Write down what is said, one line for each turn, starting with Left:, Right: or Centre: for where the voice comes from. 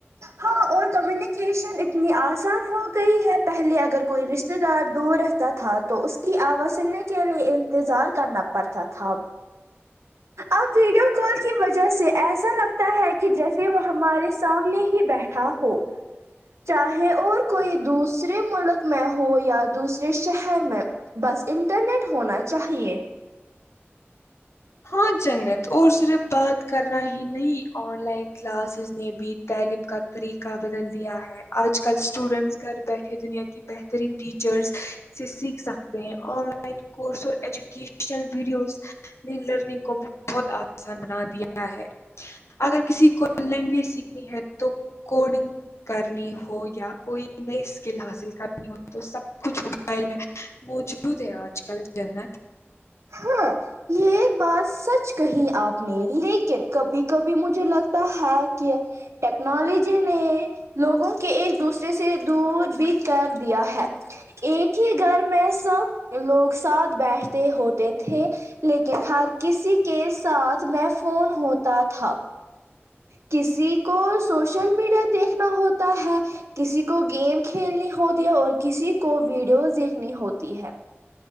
Right: ہاں اور کمیونیکیشن اتنی آسان ہو گئی ہے پہلے اگر کوئی رشتے دار دور رہتا تھا تو اس کی آواز سننے کے لیے انتظار کرنا پڑتا تھا اب ویڈیو کال کی وجہ سے ایسا لگتا ہے کہ جیسے وہ ہمارے سامنے ہی بیٹھا ہو چاہے اور کوئی دوسرے ملک میں ہو یا دوسر جس شہر میں بس انٹرنیٹ ہونا چاہیے
Left: ہاں جنت اور صرف بات کرنا ہی نہیں آن لائن کلاسز نے بھی تعلیم کا طریقہ کا بدل دیا ہے آج کل اسٹوڈنٹس گھر بیٹھے دنیا کی بہترین ٹیچرز سے سیکھ سکتے ہیں آن لائن کورس اور ایجوکیشنل ویڈیوز نے لرننگ کو بھی بہت آسان بنا دیا ہے اگر کسی کو لینگویج سیکھنی ہے تو کوڈنگ کرنی ہو یا کوئی نئی اسکل حاصل کرنی ہو تو سب کچھ موبائل میں موجود ہے آج کل جنت
Right: ہاں یہ بات سچ کہی آپ نے لیکن کبھی کبھی مجھے لگتا ہے کہ ٹیکنالوجی نے لوگوں کے ایک دوسرے سے دور بھی کر دیا ہے ایک ہی گھر میں سب لوگ ساتھ بیٹھ ہوتے تھے لیکن ہر کسی کے ساتھ میں فون ہوتا تھا کسی کو سوشل میڈیا دیکھنا ہوتا ہے کسی کو گیم کھیلنی ہوتی ہے اور کسی کو ویڈیوز دیکھنی ہوتی ہے